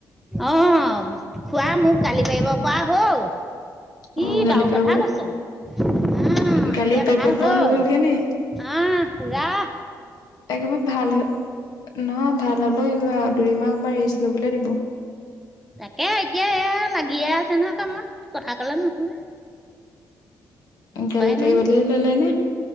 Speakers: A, in the centre; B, on the left (about 70°).
A: অ খোৱা মোক গালি পাৰিব পৰা হ'ল কি
B: অ গালি
A: বাৰু
B: পাৰিব
A: কথা কৈছ অ
B: গালি
A: এতিয়া
B: পাৰিব
A: ভাল
B: পৰা
A: হল
B: হৈ গ'লগে নি
A: অহ পোৰা
B: একেবাৰে ভাল হৈ নহয় ভাল হলেও ইমান দুদিন মান অকনমান ৰেষ্ট লবলৈ দিব
A: তাকে এতিয়া এয়া লাগিয়ে আছে নহয় কামত কথা কলে নুশুনে। উপায়
B: গালি পাৰিবলৈ
A: নাই
B: ললে